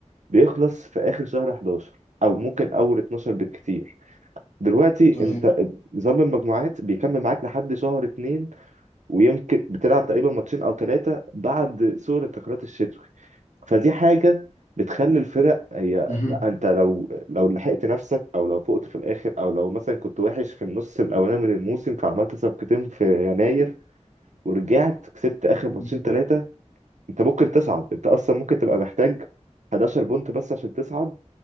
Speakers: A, on the right; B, on the left.
A: بيخلص في اخر شهر 11 او ممكن اول 12 بالكتير دلوقتي
B: تمام
A: انت نظام المجموعات بيكمل معاك لحد شهر 2 ويمكن بتلعب تقريبا ماتشين او ثلاثه بعد سور الانتقالات الشتوي فدي حاجه بتخلي الفرق هي
B: مهم.
A: لا انت لو لو لحقت نفسك او لو فقت في الاخر او لو مثلا كنت وحش في النص الاولاني من الموسم فعملت صفقتين في يناير ورجعت كسبت اخر ماتشين
B: مهم.
A: ثلاثه انت ممكن تصعد انت اصلا ممكن تبقى محتاج 11 بونت بس عشان تصعد